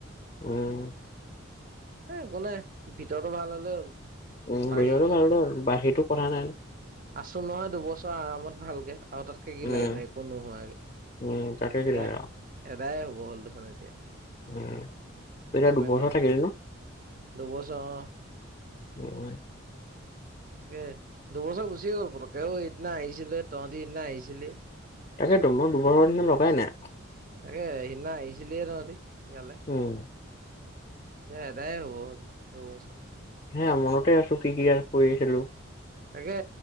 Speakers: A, on the left (about 30°); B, on the right (about 40°).
A: উম,
B: সেই একো নাই ভিতৰটো ভাল হ'লে হল।
A: উম <inaudible>
B: বাহিৰতো আছো নহয় এইটো বস্তু আৰামত ভালকে আৰু তাতকে কি
A: উম,
B: লাগে নো একো নোহোৱাকে
A: উম, তাকে কি লাগে আৰু
B: সদায় হ'ব হ'ল দেখোন এতিয়া
A: উম তই এতিয়া
B: ইমান
A: দুবছৰ
B: দিন
A: থাকিল ন
B: দুবছৰ অ
A: উম হয়।
B: তাকে দুবছৰ গুচিয়ে গ'ল পটকে সেইদিনা আহিছিলে তহঁতি সেইদিনা আহিছিলি
A: তাকেইটো মই দুবছৰ দিনা লগাই ন
B: তাকে সিদিনা আহিছিলি তহঁতি ইয়ালে।
A: উম,
B: দেদায় হ'ব দুবছৰ
A: হে মনতে আছো কি কি কৰিছিলো
B: তাকে